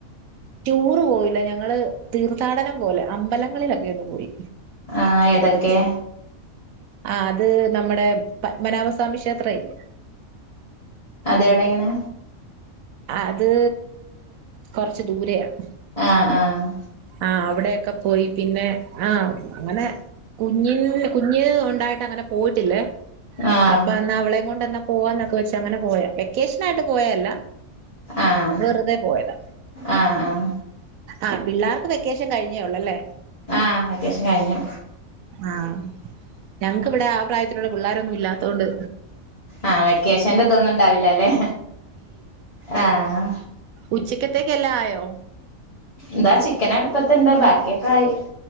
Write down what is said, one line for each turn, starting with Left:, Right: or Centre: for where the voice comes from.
Right: ടൂറ് പോയില്ല ഞങ്ങള് തീർത്ഥാടനം പോലെ അമ്പലങ്ങളില് ഒക്കെ ഒന്ന് പോയി
Left: ആ ഏതൊക്കെ
Right: ആ അത് നമ്മുടെ പത്മനാഭസ്വാമി ക്ഷേത്ര ഇല്ലേ
Left: അതെ അവിടെ എങ്ങനെ
Right: അത് കൊറച്ച് ദൂരെയാണ്
Left: ആഹ് ആഹ്
Right: ആ അവിടെയൊക്കെ പോയി പിന്നെ ആഹ് അങ്ങനെ കുഞ്ഞിൽ കുഞ്ഞ് ഉണ്ടായിട്ട് അങ്ങനെ പോയിട്ടില്ലേ
Left: ആഹ്
Right: അപ്പൊ എന്നാ അവളേയും കൊണ്ടന്നാ പോവാന്നൊക്കെ വെച്ച് അങ്ങനെ പോയാ വെക്കേഷൻ ആയിട്ട് പോയതല്ല
Left: ആഹ്
Right: വെറുതെ പോയതാ
Left: ആഹ് ആഹ്
Right: ആ പിള്ളേർക്ക് വെക്കേഷൻ കഴിഞ്ഞേള്ളൂ അല്ലേ
Left: ആഹ് വെക്കേഷൻ കഴിഞ്ഞു
Right: ആഹ് ഞങ്ങക്ക് ഇവിടെ ആ പ്രായത്തിലുള്ള പിള്ളോരൊന്നും ഇല്ലാത്തൊണ്ട്
Left: ആഹ് വെക്കേഷന്റെ ഇതൊന്നും ഉണ്ടാവില്ലല്ലേ ആഹ്
Right: ഉച്ചക്കത്തേക്ക് എല്ലാം ആയോ
Left: ഇതാ ചിക്കൻ അടുപ്പത്ത്ണ്ട് ബാക്കിയൊക്കെ ആയി